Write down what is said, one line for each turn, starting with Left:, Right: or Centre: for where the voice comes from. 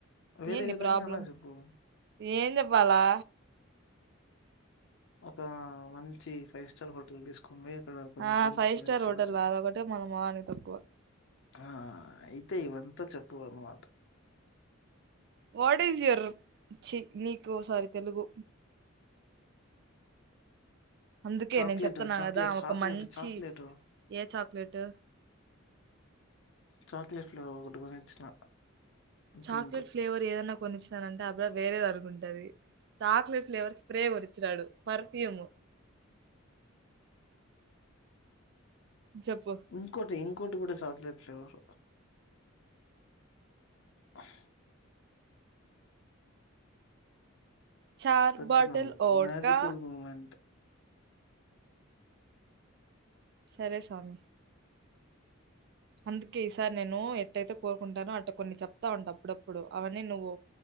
Left: వేరే
Right: ఏం నీ
Left: విధంగా
Right: ప్రాబ్లం
Left: అయినా చెప్పు.
Right: ఏం చెప్పాలా
Left: ఒక మంచి ఫైవ్ స్టార్ హోటల్ తీసు కొని పోయి అక్కడ కొన్ని
Right: ఆ
Left: డ్రింక్స్
Right: ఫైవ్
Left: కొనిచ్చాడని
Right: స్టార్ హోటల్ అదొకటే మన మొహానికి తక్కువ
Left: ఆ అయితే ఇవంతా చెప్పువు అన్మాట
Right: వాట్ ఈస్ యువర్ చీ నీకు సారీ తెలుగు అందుకే
Left: చాక్లేట్,
Right: నేను చెప్తున్నా
Left: చాక్లేట్,
Right: గదా ఒక
Left: చాక్లేట్,
Right: మంచి
Left: చాక్లేటు.
Right: ఏ చాక్లెట్
Left: చాక్లేెట్లూ ఒకటి కొనిచ్చిన
Right: చాక్లెట్
Left: డ్రింక్
Right: ఫ్లేవర్ ఏదన్నా కొనిచ్నాదంటే ఆ పిల్లా వేరేది అనుగుంటది చాక్లెట్ ఫ్లేవర్ స్ప్రే కొనిచ్చినాడు పర్ఫ్యూమ్ చెప్పు
Left: ఇంకోటి ఇంకోటి కూడా చాక్లెట్లూ ఫ్లేవర్ అహ్
Right: చార్
Left: that's
Right: bottle
Left: the
Right: vodka
Left: magical moment
Right: సరే స్వామి అందకే ఈ సారి నేను ఎట్టైతే కోరుకుంటాను అట్ట కొన్ని చెప్తా ఉంట అప్పుడప్పుడు అవన్నీ నువ్వు